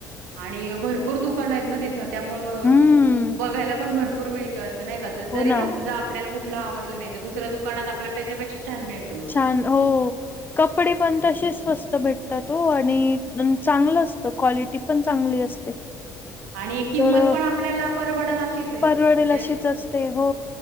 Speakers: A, on the right (about 90°); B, on the left (about 25°).
A: आणि भरपूर दुकानंयेत ना तिथं. त्यामुळं
B: हम्म.
A: बघायला पण भरपूर मिळ त. असं नाही का, ज
B: हो
A: जरी
B: ना.
A: समजा आपल्याला कुठलं आवडलं नाही. तर दुसऱ्या दुकानात आपल्याला त्याच्यापेक्षा छान मिळतं
B: छान हो. कपडे पण तसेच स्वस्त भेटतात ओ. आणि चांगलं असतं. क्वालिटी पण चांगली असते.
A: आणि किंमत
B: तर अ,
A: पण आपल्याला परवडेल अशीचे.
B: परवडेल
A: म्हणजे
B: अशीच असते हो.